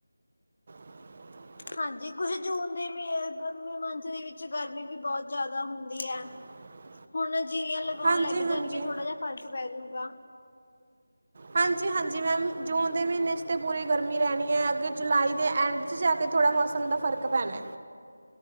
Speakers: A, on the right (about 35°); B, on the left (about 50°).
A: <inaudible>
B: ਹਾਂਜੀ ਕੁਛ ਜੂਨ ਦੇ ਮ ਗਰਮੀ ਮੰਥ ਦੇ ਵਿੱਚ ਗਰਮੀ ਵੀ ਬੋਤ ਜਾਦਾ ਹੁੰਦੀ ਐ।
A: <inaudible>
B: ਹੁਣ ਜੀਰੀਆਂ ਲਗੋਣ
A: ਹਾਂਜੀ-ਹਾਂਜੀ।
B: ਲੱਗ ਜਾਣਗੇ ਥੋੜਾ ਜਾ ਫ਼ਰਕ ਪੈਜੂਗਾ।
A: ਹਾਂਜੀ-ਹਾਂਜੀ ਮੈਮ ਜੂਨ ਦੇ ਮੀਨੇ ਚ ਤਾਂ ਪੂਰੀ ਗਰਮੀ ਰੈਣੀ ਐ ਅੱਗੇ ਜੁਲਾਈ ਦੇ ਐਂਡ ਚ ਜਾ ਕੇ ਥੋੜਾ ਮੌਸਮ ਦਾ ਫ਼ਰਕ ਪੈਣਾ।